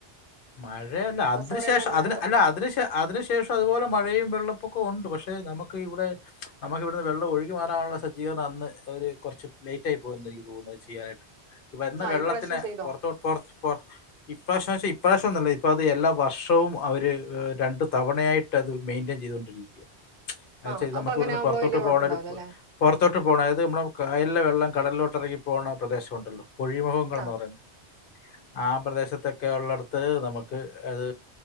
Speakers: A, on the left (about 60°); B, on the right (about 60°).
A: മഴയല്ല അതിനു
B: പറയുന്നതിന്റെ
A: ശേഷം അതിന്
B: നേരെ
A: അല്ല അതിന് ശ അതിനു ശേഷം അതുപോലെ മഴയും വെള്ളപ്പൊക്കെ ഉണ്ട് പക്ഷെ പക്ഷേ നമുക്ക് ഇവിടെ നമ്മുക്ക് ഇവിടുന്ന് വെള്ളം ഒഴുകി മാറാനുള്ള സജ്ജീകരണം അന്ന് അവർ കുറച്ച് ലേറ്റായി പോയെന്ന് എനിക്ക് തോന്നുന്നു ചെയ്യാനായിട്ട് വരുന്ന
B: ആ
A: വെള്ളത്തിന്
B: ഈ പ്രാവശ്യം ചെയ്തോ?
A: പൊറത്തോ പൊറത്ത പൊറ ഇപ്രാവശ്യം ഇ അപ്രാവശ്യംന്നുമല്ല ഇപ്പ അത് എല്ലാ വർഷവും അവര് രണ്ടു തവണയായിട്ട് അത് മെയിൻ്റെയിൻ ചെയ്തുകൊണ്ടിരിക്കുകയാണ് അ
B: ആ
A: ചെയ്ത്
B: അപ്പൊ
A: നമുക്ക്
B: അങ്ങനെ
A: ഇവിടുന്ന്
B: ആകുമ്പോ
A: പുറത്തോട്ട്
B: വലിയ കുഴപ്പമുണ്ടാവില്ല
A: പോകണ ഒരു
B: അല്ലേ?
A: പൊറത്തോട്ട് പോകണം അതായത് ഇമ്മടെ കായലിലെ വെള്ളം കടലിലോട്ട് ഇറകി പോണ പ്രദേശമുണ്ടല്ലോ പുഴിമുഖങ്ങളെന്ന്
B: ആ
A: പറയുന്നത് ആ പ്രദേശത്ത് തെക്കെള്ളട് അത് നമുക്ക് അത്